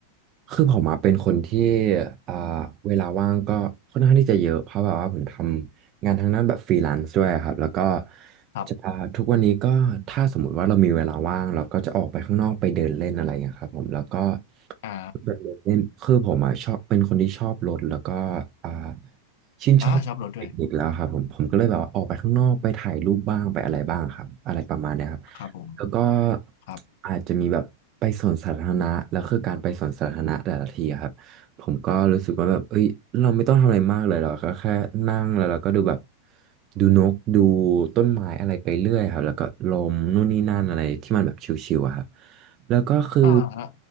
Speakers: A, on the right (about 40°); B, on the left (about 65°).
A: คือผมอะเป็นคนที่อ่าเวลาว่างก็ค่อนข้างที่จะเยอะเพราะแบบว่าผมทำงานทางด้านแบบฟรีแลนซ์ด้วยครับแล้วก็
B: ครับ
A: จะทุกวันนี้ก็ถ้าสมมุติว่าเรามีเวลาว่างเราก็จะออกไปข้างนอกไปเดินเล่นอะไรอย่างเงี้ยครับผมแล้วก็
B: อ่า
A: แบบรถเนี่ยคือผมอ่ะชอบเป็นคนที่ชอบรถแล้วก็อ่าชื่นชอบเทคนิคแล้วครับผมผมก็เลยแบบว่าออกไปข้างนอกไปถ่ายรูปบ้างไปอะไรบ้างครับอะไรประมาณเนี้ยครับ
B: อ่าชอบรถด้วยครับผม
A: แล้วก็
B: ครับ
A: อาจจะมีแบบไปสวนสาธารณะแล้วคือการไปสวนสาธารณะแต่ละทีอะครับผมก็รู้สึกว่าแบบเอ้ยเราไม่ต้องทำอะไรมากเลยเราก็แค่นั่งแล้วเราก็ดูแบบดูนกดูต้นไม้อะไรไปเรื่อยครับแล้วก็ลมนู่นนี่นั่นอะไรที่มันแบบชิวๆอะครับ แล้วก็คือ
B: อ่าฮะ